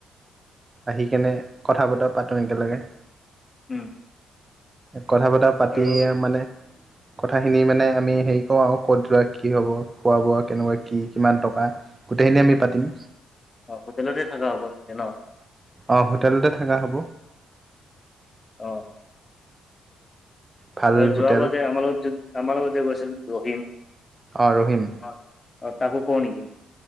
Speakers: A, on the right; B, on the left.
A: আহি কেনে কথা বতৰা পাতো একেলগে।
B: উম।
A: কথা বতৰা পাতি
B: আৰু
A: মানে। কথাখিনি মানে আমি হেৰি কৰো আৰু ক'ত যোৱা কি হ'ব খোৱা বোৱা কেনেকুৱা কি কিমান টকা। গোটেইখিনিয়ি আমি পাতিম।
B: অ', হোটেলতে থকা হ'ব চাগে ন।
A: অ', হোটেলতে থাকা হ'ব।
B: অ'।
A: ভাল
B: ত যোৱাবাৰ
A: হোটেল
B: যে আমাৰ লগত আমাৰ লগতে যে গৈছিল ৰহিম
A: অ', ৰহিম
B: অ', অ', তাকো ক নেকি কি।